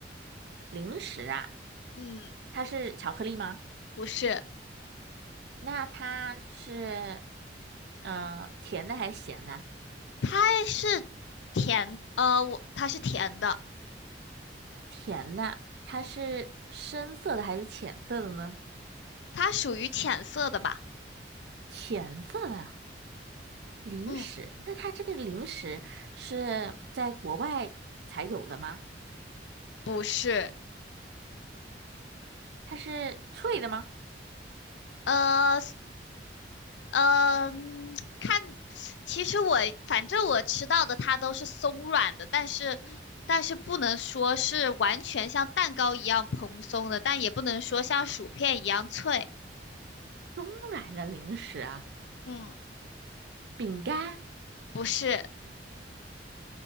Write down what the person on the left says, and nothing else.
嗯，
不是，
它是甜，呃，我它是甜的，
它属于浅色的吧，
嗯，
不是，
呃。嗯，看，其实我反正我吃到的它都是松软的，但是但是不能说是完全像蛋糕一样蓬松的，但也不能说像薯片一样脆。
嗯，
不是，